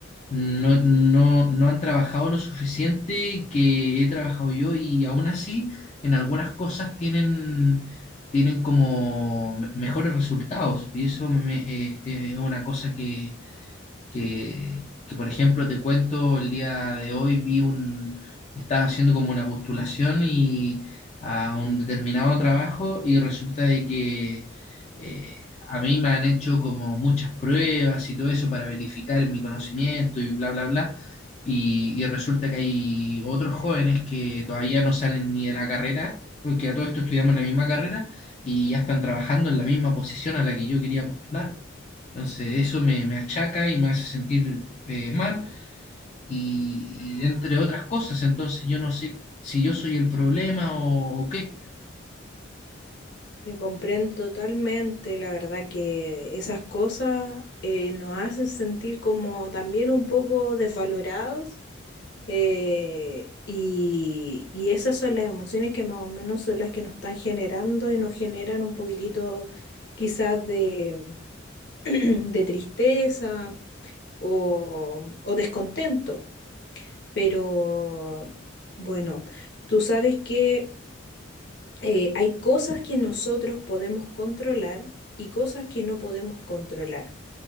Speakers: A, on the left (about 35°); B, on the left (about 55°).
A: no, no, no han trabajado lo suficiente que he trabajado yo y aún así en algunas cosas tienen, tienen como me- mejores resultados y eso me- me- eh, eh, es una cosa que que, que, por ejemplo, te cuento, el día de hoy vi un, estaba haciendo como una postulación y a un determinado trabajo y resulta de que eh, a mí me han hecho como muchas pruebas y todo eso para verificar mi conocimiento y bla, bla, bla. Y, y resulta que hay otros jóvenes que todavía no salen ni de la carrera, porque a todo esto estudiamos la misma carrera y ya están trabajando en la misma posición a la que yo quería postular. Entonces
B: Mm,
A: eso me, me achaca y me hace sentir eh, mal y, y entre otras cosas. Entonces yo no sé si yo soy el problema o, o qué.
B: Te comprendo totalmente, la verdad que esas cosas eh, nos hacen sentir como también un poco desvalorados eh, y, y esas son las emociones que más o menos son las que nos están generando y nos generan un poquitito quizás de, <clears throat> de tristeza o, o descontento. Pero bueno, tú sabes que eh, hay cosas que nosotros podemos controlar y cosas que no podemos controlar.